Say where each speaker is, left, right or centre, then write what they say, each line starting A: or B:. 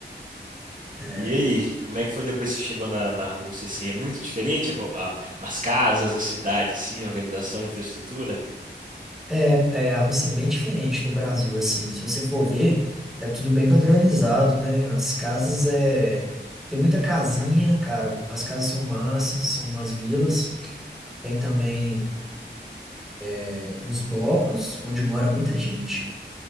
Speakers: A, in the centre; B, on the right (about 45°).
A: É,
B: E aí, como é que foi depois que você chegou na, na Rússia, assim? É muito diferente a- a- as casas, a cidade, assim, a organização, a infraestrutura?
A: é, é, a Rússia é bem diferente do Brasil, assim. Se você for ver, é tudo bem padronizado, né? As casas é. Tem muita casinha, cara. As casas são massas, são umas vilas. Tem também é, uns blocos onde mora muita gente.